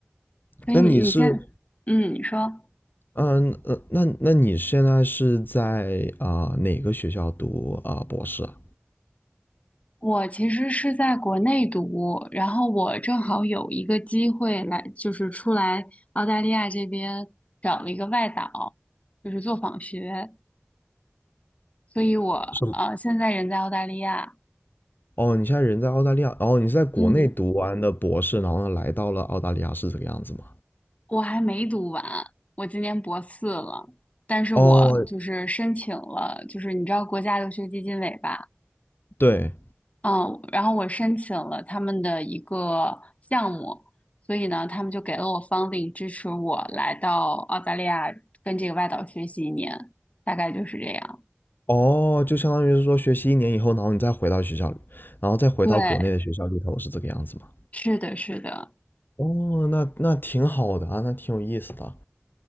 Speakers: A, on the left (about 30°); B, on the left (about 50°).
A: 所以你你现，
B: 那你是，
A: 嗯，你说
B: 嗯呃，那那你现在是在啊、哪个学校读啊、博士啊？
A: 我其实是在国内读，然后我正好有一个机会来，就是出来澳大利亚这边找了一个外导，就是做访学，所以我呃现在人在澳大利亚，
B: 是吗？哦，你现在人在澳大利亚，哦，你是在国内读完的博士，
A: 嗯，
B: 然后呢来到了澳大利亚，是这个样子吗？
A: 我还没读完，我今年博四了，但是我就是申请了，
B: 哦，
A: 就是你知道国家留学基金委吧？
B: 对，
A: 嗯，然后我申请了他们的一个项目，所以呢，他们就给了我 funding 支持我来到澳大利亚跟这个外导学习一年，大概就是这样。
B: 哦，就相当于是说学习一年以后，然后你再回到学校里然后再回到国内的学校里头，
A: 对，
B: 是这个样子吗？
A: 是的，是的。
B: 哦，那那挺好的啊，那挺有意思的啊。